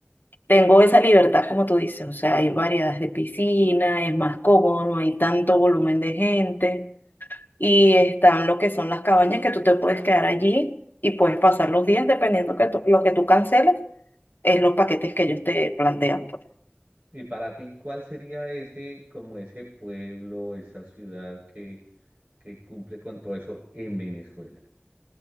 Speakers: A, on the left (about 55°); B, on the right (about 45°).
A: tengo esa libertad, como tú dices. O sea, hay variedades de piscina, es más cómodo, no hay tanto volumen de gente. Y están lo que son las cabañas que tú te puedes quedar allí y puedes pasar los días dependiendo que tú- lo que tú canceles, es los paquetes que ellos te plantean, pues.
B: Y para ti, ¿cuál sería ese, como ese pueblo, esa ciudad que, que cumple con todo eso en Venezuela?